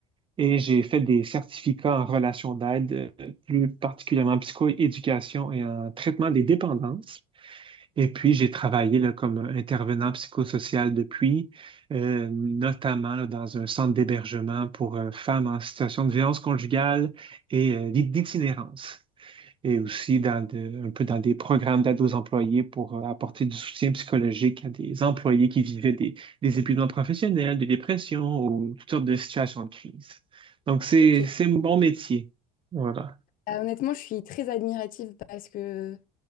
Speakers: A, on the right (about 30°); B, on the left (about 55°).
A: et j'ai fait des certificats en relations d'aide, euh, plus particulièrement en psychoéducation et en traitement des dépendances. Et puis, j'ai travaillé là, comme intervenant psychosocial depuis, euh, notamment là, dans un centre d'hébergement pour euh, femmes en situation de violence conjugale et euh, d'i- d'itinérance. Et aussi dans de- un peu dans des programmes d'aide aux employés pour euh, apporter du soutien psychologique à des employés qui vivaient des, des épuisements professionnels, de dépression ou toutes sortes de situations de crise. Donc, c'est,
B: Ok.
A: c'est mon métier. Voilà.
B: Euh, honnêtement, je suis très admirative parce que